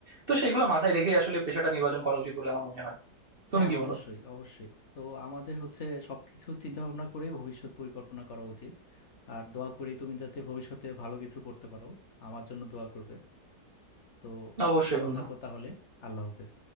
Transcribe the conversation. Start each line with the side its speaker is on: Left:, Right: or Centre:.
Right: তো সেইগুলো মাথায় রেখেই আসলে পেশাটা নির্বাচন করা উচিত বলে আমার মনে হয় তুমি
Left: হ্যাঁ
Right: কি
Left: অবশ্যই
Right: বলো
Left: অবশ্যই তো আমাদের হচ্ছে সবকিছু চিন্তা ভাবনা করেই ভবিষ্যৎ পরিকল্পনা করা উচিত আর দোয়া করি তুমি যাতে ভবিষ্যতে ভালো কিছু করতে পারো আমার জন্য দোয়া করবে তো
Right: অবশ্যই
Left: ভালো
Right: বন্ধু
Left: থাকো তাহলে আল্লাহ হাফেজ